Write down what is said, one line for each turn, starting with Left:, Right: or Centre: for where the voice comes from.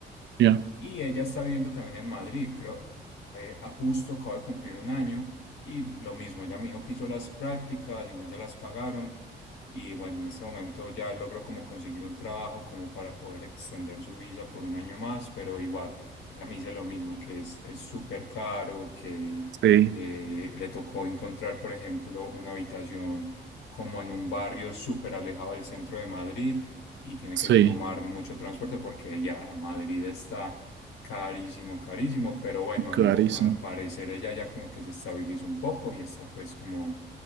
Right: Ya,
Left: Y ella está viviendo también en Madrid, creo, eh, a justo acaba de cumplir un año y lo mismo, ella me dijo que hizo las prácticas y no se las pagaron y bueno, en este momento ya logró como conseguir un trabajo como para poder extender su visa por un año más, pero igual, ella me dice lo mismo, que es es súper caro, que
Right: sí,
Left: eh, le tocó encontrar, por ejemplo, una habitación como en un barrio súper alejado del centro de Madrid y tiene
Right: sí,
Left: que tomar mucho transporte porque ya Madrid está Carísimo, carísimo, pero bueno,
Right: clarísimo.
Left: al, mo- al parecer ella ya como que se estabilizó un poco y está pues como